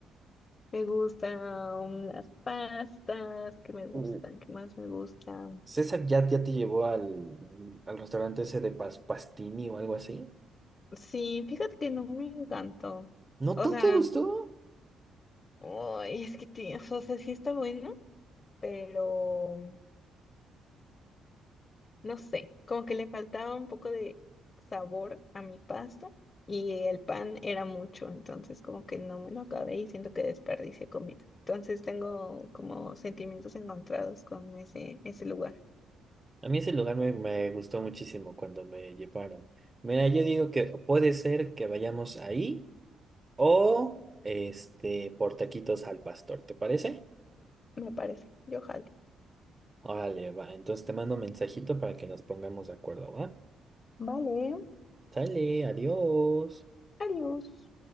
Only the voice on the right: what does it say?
Uh,
César ya, ya te llevó al, al restaurante ese de pas- Pastini o algo así.
¿No
tú
te gustó?
A mí ese lugar me, me gustó muchísimo cuando me llevaron. Mira, yo digo que puede ser que vayamos ahí o este por taquitos al pastor, ¿te parece?
Órale, va. Entonces te mando un mensajito para que nos pongamos de acuerdo, ¿va?
Sale, adiós.